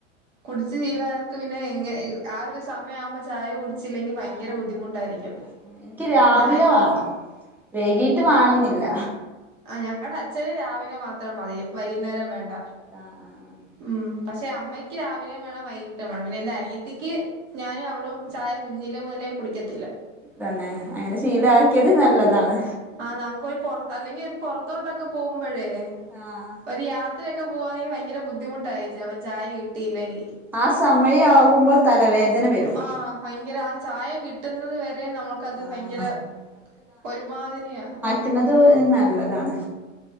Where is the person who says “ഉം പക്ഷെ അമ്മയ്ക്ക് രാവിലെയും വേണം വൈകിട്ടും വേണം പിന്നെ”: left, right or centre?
Right